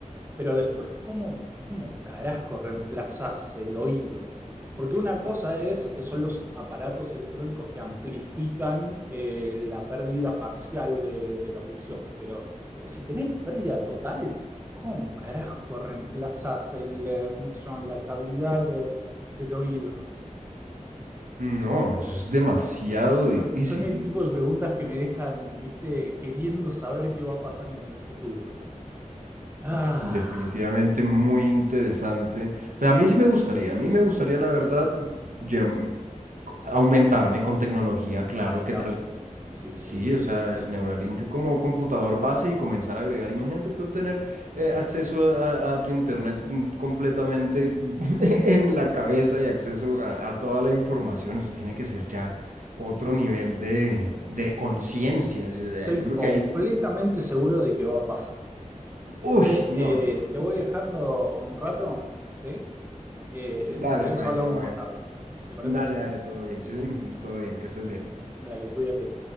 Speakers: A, on the right (about 15°); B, on the right (about 85°).
A: Pero después, ¿cómo, cómo carajo reemplazás el oído? Porque una cosa es, son los aparatos electrónicos que amplifican eh, la pérdida parcial de, de la audición, pero, pero si tenés pérdida total, ¿cómo carajo reemplazás el, eh, ¿cómo se llama? La cavidad de- del oído.
B: No, eso es demasiado
A: So-
B: difícil.
A: son el tipo de preguntas que me dejan, viste, queriendo saber qué va a pasar en el futuro. Ah,
B: Definitivamente muy interesante. Pues a mí sí me gustaría, a mí me gustaría, la verdad, ya, mm, aumentarme con tecnología, claro,
A: a mí
B: ¿qué
A: también,
B: tal?
A: sí.
B: Sí, o sea, el Neuralink como computador base y comenzar a agregar. Imagínate tú tener eh, acceso a, a tu internet mm, completamente <laughs> en la cabeza y acceso a, a toda la información. Eso tiene que ser ya otro nivel de, de conciencia. Yo, eh,
A: Estoy
B: yo creo
A: completamente
B: que ahí...
A: seguro de que va a pasar.
B: Uy,
A: Che,
B: no,
A: eh,
B: no, no.
A: te voy dejando un rato, ¿sí? Eh,
B: Dale,
A: si querés
B: hermanito,
A: hablamos
B: todavía.
A: más tarde. ¿Te parece?
B: Dale, dale, todo bien, <laughs> todo bien, que estés bien.
A: Dale, cuídate.